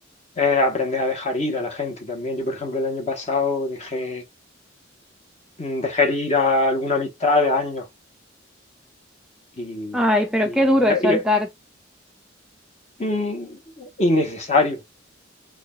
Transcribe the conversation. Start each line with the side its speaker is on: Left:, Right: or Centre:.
Left: eh, aprender a dejar ir a la gente también. Yo, por ejemplo, el año pasado dejé, mm, dejé ir a alguna amistad de años y,
Centre: Ay, pero
Left: y,
Centre: qué duro
Left: a ve-
Centre: es soltar.
Left: y, eh, mm, innecesario,